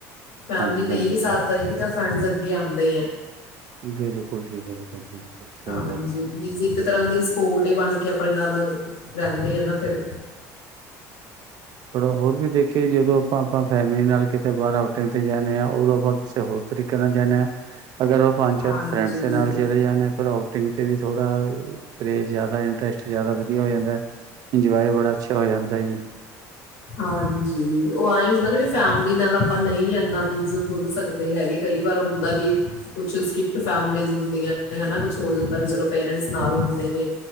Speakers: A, on the left; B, on the right.
A: ਫੈਮਿਲੀ
B: ਹਾਂਜੀ
A: ਨਹੀਂ
B: ਦਿੰਦੇ
A: ਵੀ ਸਾਥ ਦੇਵੇਗੀ ਤਾਂ ਫਰੈਂਡਜ ਅੱਗੇ ਆਉਂਦੇ ਆ।
B: ਬਿਲਕੁਲ ਜੀ, ਬਿਲਕੁਲ ਬਿਲਕੁਲ। ਸਹੀ
A: ਹਾਂਜੀ,
B: ਗੱਲ ਹੈ ਤੁਹਾਡੀ
A: ਮੀਨਜ਼ ਇੱਕ ਤਰ੍ਹਾਂ ਦੀ ਸਪੋਰਟ ਹੀ ਬਣਕੇ ਆਪਣੇ ਨਾਲ ਰਹਿੰਦੇ ਆ ਨਾਂ ਫਿਰ
B: ਥੋੜਾ ਹੋਰ ਵੀ ਦੇਖੀਏ ਜਦੋਂ ਆਪਾਂ ਆਪਾਂ ਫੈਮਿਲੀ ਨਾਲ ਕਿਤੇ ਬਾਹਰ ਆਊਟਿੰਗ ਤੇ ਜਾਂਣੇ ਹਾਂ, ਉਦੋਂ ਆਪਾਂ ਕਿਸੇ ਹੋਰ ਤਰੀਕੇ ਨਾਲ ਜਾਂਣੇ ਆਂ। ਅਗਰ ਉਹ ਪੰਜ,
A: ਹਾਂਜੀ
B: ਚਾਰ ਫਰੈਂਡਸ ਦੇ ਨਾਲ ਚਲੇ ਜਾਣੇ ਆਂ ਫਿਰ ਆਓ ਟ੍ਰੇਨ ਤੇ ਵੀ ਥੋੜਾ ਕਰੇਜ਼ ਜ਼ਿਆਦਾ, ਇੰਟਰਸਟ ਜ਼ਿਆਦਾ ਵਧੀਆ ਹੋ ਜਾਂਦਾ, ਇੰਜੋਏ ਬੜਾ ਅੱਛਾ ਹੋ ਜਾਂਦਾ ਜੀ।
A: ਹਾਂਜੀ ਉਹ ਆਏ ਹੁੰਦਾ ਨਾਂ ਵੀ ਫੈਮਲੀ ਨਾਲ ਆਪਾਂ ਨਈਂ ਇਨਾਂ ਮਿਨਸ ਖੁੱਲ ਸਕਦੇ ਹੈਗੇ, ਕਈ ਵਾਰ ਹੁੰਦਾ ਵੀ ਕੁਛ ਸਟ੍ਰਿਕਟ ਫੈਮਲੀਜ ਹੁੰਦੀਆਂ ਹਨਾਂ! ਕੁਛ ਹੋ ਜਾਂਦਾ ਵੀ ਚਲੋ ਪੇਰੇਂਟਸ ਨਾਲ ਹੁੰਦੇ ਨੇਂ,